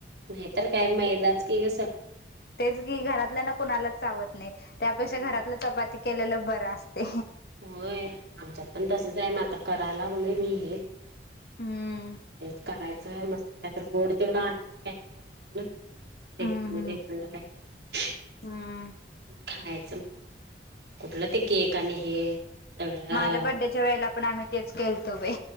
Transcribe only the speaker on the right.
नाहीतर काय मैदाच कीस.
हम्म.
होय आमच्यात पण तसंच आहे. म आता करायला लागल मी हेच.
हेच करायचं मस्त काहीत गोड तेवढं आणायचं काहीतरी बाहेर ना. रेकंड
रेखंड कायत
खायचं मस्त. कुठलं ते केक आणि हे. सगळं